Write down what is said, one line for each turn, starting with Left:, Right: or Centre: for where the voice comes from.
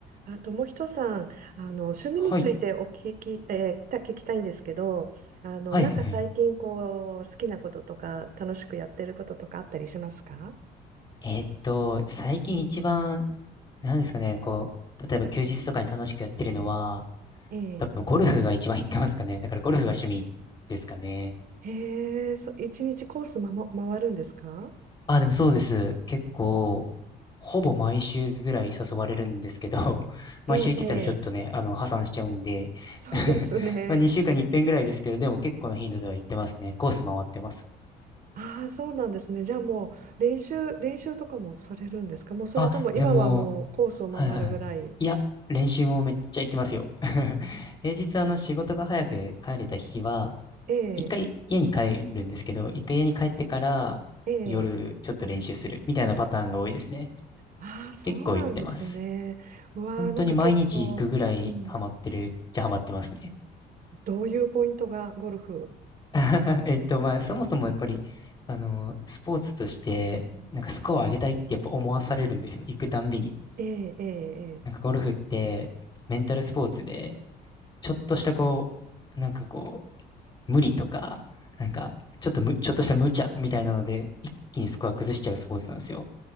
Right: あ、友人さん、あの趣味についてお聞き、
Left: はい。
Right: えーた聞きたいんですけど、あのなんか最近こう好きなこととか楽しくやってることとかあったりしますか
Left: はいはいはい。えーっと、最近一番、何ですかね、こう、例えば休日とかに楽しくやってるのは、
Right: ええ。
Left: 多分ゴルフが一番行ってますかね。だからゴルフが趣味ですかね。
Right: へえ、そ、一日コース、まも、回るんですか
Left: あ、でもそうです。結構、ほぼ毎週ぐらい誘われるんですけど、<laughs> 毎週行ってたらちょっとね、
Right: ええ、ええ、
Left: あの、破産しちゃうんで、
Right: そうですね。
Left: <laughs> まあ2週間に1遍ぐらいですけど、でも結構の頻度では行ってますね。コース回ってます。
Right: ああ、そうなんですね。じゃあもう練習、練習とかもされるんですかもうそれとも今はもうコースを回るぐらい。
Left: あ、でも、はいはいはい。いや、練習もめっちゃ行きますよ。<laughs> 平日あの仕事が早く帰れた日は、
Right: ええ、
Left: 一回家に帰るんですけど、一回家に帰ってから夜ちょっと練習するみたいなパターンが多いですね。
Right: ええ。ああ、そうなんですね。
Left: 結構行ってます。
Right: うわあ、
Left: 本当に毎日行くぐらいハマってるっちゃハマってますね。
Right: なんか結構、うん、どういうポイントがゴルフ。
Left: <laughs> えっと、まあ、そもそもやっぱり、あの、スポーツとして、なんかスコアを上げたいってやっぱ思わされるんですよ。行くたんびに。
Right: ええええ
Left: なんかゴルフってメンタルスポーツで、ちょっとしたこう、なんかこう、無理とか、なんか、ちょっとむ、ちょっとした無茶みたいなので、一気にスコア崩しちゃうスポーツなんですよ。